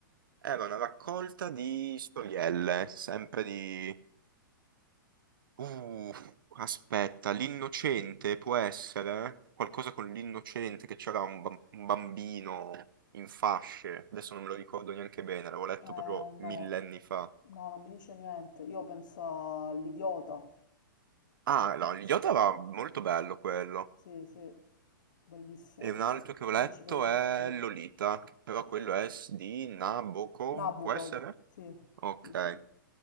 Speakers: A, on the right (about 70°); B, on the left (about 60°).
A: Era una raccolta di storielle, sempre di... Uh, aspetta, l'innocente può essere? Qualcosa con l'innocente, che c'era un, bam- un bambino in fasce, adesso non me lo ricordo neanche bene, l'avevo letto
B: Eh, no,
A: proprio millenni fa.
B: no, non mi dice niente. Io penso all'idiota.
A: Ah, no, Yoda
B: Sì,
A: era molto bello quello.
B: sì, sì, bellissimo.
A: E un altro che ho
B: Principe
A: letto
B: Mistino.
A: è Lolita, che però quello è s- di Nabokov,
B: Nabucco,
A: può essere?
B: sì,
A: Ok.
B: sì, sì.